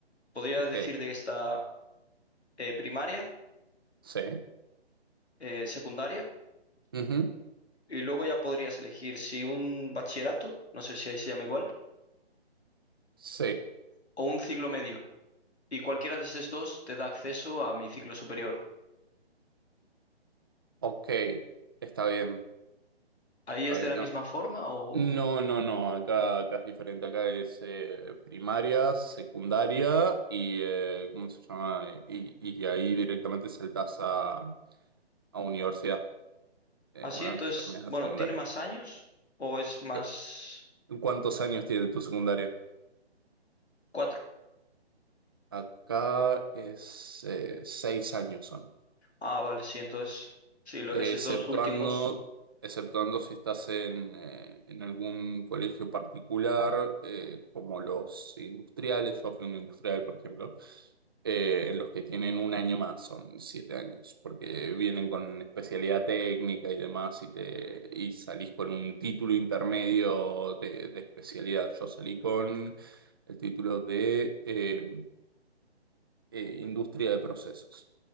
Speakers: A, on the left (about 75°); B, on the right (about 20°).
A: Podría
B: Ok,
A: decirte que está eh, primaria,
B: sí.
A: eh, secundaria,
B: Ujú.
A: y luego ya podrías elegir si un bachillerato, no sé si ahí se llama igual,
B: Sí,
A: o un ciclo medio. Y cualquiera de estos dos te da acceso a mi ciclo superior.
B: ok, está bien.
A: ¿Ahí
B: Está
A: es
B: bien,
A: de la
B: no,
A: misma forma o...?
B: No, no, no, acá, acá es diferente, acá es eh, primaria, secundaria y, eh, ¿cómo se llama? Eh, Y, y ahí directamente saltás a, a universidad, eh,
A: Así,
B: una
A: entonces,
B: vez que terminas la
A: bueno,
B: secundaria.
A: ¿tiene más años o es más
B: Eh, ¿cuántos años tiene tu secundaria?
A: cuatro?
B: Acá es eh, seis años son.
A: Ah, vale, sí, entonces, sí, lo,
B: Exceptuando,
A: esos dos últimos,
B: exceptuando si estás en, eh, en algún colegio particular, eh, como los industriales, yo fui un industrial, por ejemplo, eh, en los que tienen un año más, son siete años, porque vienen con especialidad técnica y demás, y, te, y salís con un título intermedio de, de especialidad. Yo salí con el título de... eh, eh, industria de procesos.